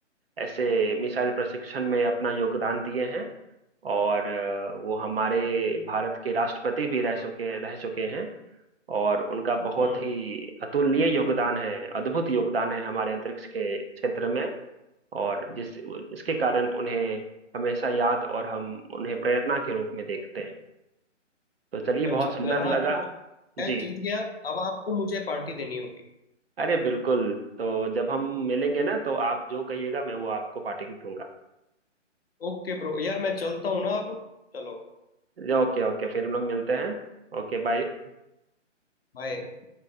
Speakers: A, on the right; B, on the left.
A: ऐसे मिसाइल प्रशिक्षण में अपना योगदान दिए हैं और अ, वो हमारे भारत के राष्ट्रपति भी रह चुके रह चुके हैं और उनका बहुत
B: हम्म
A: ही अतुलनीय योगदान है अद्भुत योगदान है हमारे अंतरिक्ष के क्षेत्र में और जिस इसके कारण उन्हें हमेशा याद और हम उन्हें प्रेरणा के रूप में देखते हैं तो चलिए
B: अच्छा
A: बहुत सुंदर
B: हाँ
A: लगा
B: तो मैं
A: जी
B: मैं जीत गया अब आपको मुझे पार्टी देनी होगी
A: अरे बिल्कुल तो जब हम मिलेंगे ना तो आप जो कहिएगा मैं वो आपको पार्टी दूंगा
B: ओके ब्रो यार मैं चलता हूँ ना अब चलो
A: ओके ओके फिर हम लोग मिलते हैं Okay bye
B: बाय